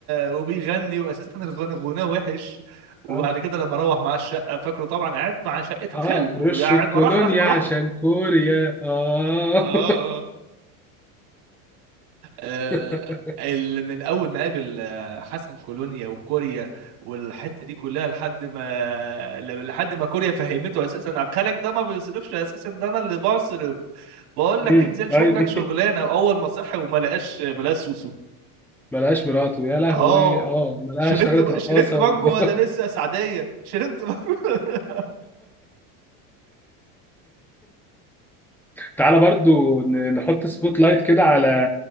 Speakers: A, on the right (about 80°); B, in the centre.
A: وبيغني واساسا الغنى غناه وحش وبعد
B: اه
A: كده لما روح مع الشقه فاكره طبعا قعد مع شقه
B: اه
A: خاله
B: رش
A: قاعد
B: الكولونيا
A: ما راح راح براحته
B: عشان كوريا اه
A: اه آه، آه. آه،
B: <laughs>
A: اللي من اول ما قابل آه، حسن كولونيا وكوريا والحته دي كلها لحد ما ل- لحد ما كوريا فهمته اساسا عقلك ده ما بيصرفش اساسا ده انا اللي بصرف بقول
B: امم
A: لك انزل شوف
B: ايوه
A: لك شغلانه اول ما صحي وما لقاش ما لقاش سوسو
B: <laughs> ملهاش مراته يا لهوي
A: اه
B: اه ملهاش
A: شربت
B: اشتغلت رقاصه
A: شربت مانجو
B: و... <laughs>
A: ولا لسه يا سعديه شربت مانجو <laughs>
B: تعالى برضو ن- نحط سبوت لايت كده على